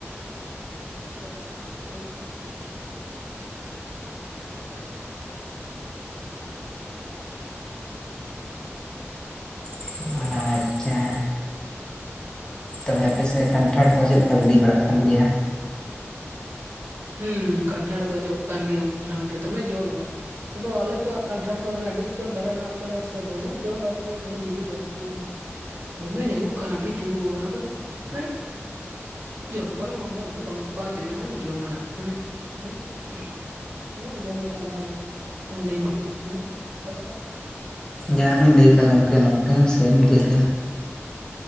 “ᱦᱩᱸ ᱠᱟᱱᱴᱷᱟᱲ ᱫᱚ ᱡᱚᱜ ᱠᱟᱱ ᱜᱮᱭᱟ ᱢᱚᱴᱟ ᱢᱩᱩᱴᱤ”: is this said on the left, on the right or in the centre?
Right